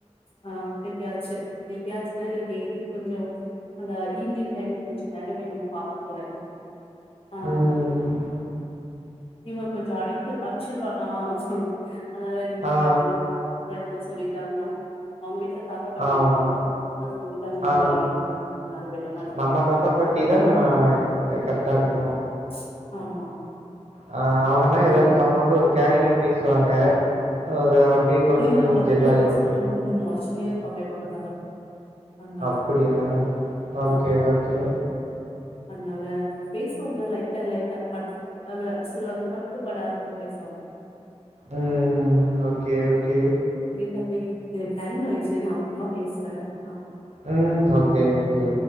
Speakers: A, on the left; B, on the right.
A: ஆ எப்பியாச்சு எப்பியாச்சுன்னா இல்ல டெய்லியூ கொஞ்சு அந்த. ஈவினிங் டைம்ல கொஞ்சு நேரோ விடுவோ பாப்பா கூட. ஆ
B: உம்.
A: இவ. கொஞ்சு அடிக்க அச்சிருவானா. அதனால எனக்கு பயோ
B: ஆ,
A: அதனால. <unintelligible> சொல்லிட்டாங்கன்னா அவங்க வீட். த தாத்தா பாட்டி
B: ஆமா.
A: இருப்பாங்க அதனா என்ன சொல்லிட்டாங்கனா
B: ஆ.
A: பயோ எனக்கு அதனால. மாட்டே
B: நம்ம தாத்தா பாட்டி தா கரெக்ட். ரெக்டா இருக்கு.
A: ம்ச் ஆமா.
B: ஆ அவங்கன்னா
A: அதனால
B: ஏதாச்சு
A: விட மாட்டே
B: அவங்க வந்து ஒரு கேரிங்கா. பேசுவாங்க அது. குழந்தைங்களுக்கு
A: இல்ல அது
B: ஜெல்
A: கூட
B: ஆயிருவாங்க.
A: பேச மாட்டாங்க கொஞ்சு மொறச்சு. திட்டினே இருப்பாங்க எப்ப பாத்தாலு. அதனால
B: அப்படியா ஓக்கே
A: ஆமா
B: ஓக்கே.
A: அதனால பேசுவாங்க லைட்டா லைட்டா. பட் அவ பட்டுப்படாத மாதிரி பேசுவாங்க.
B: உம் okay okay okay.
A: Subway time ஆயிடுச்சு நா அப்புறமா பேசுரே
B: உம் ஓக்கே ஓக்கே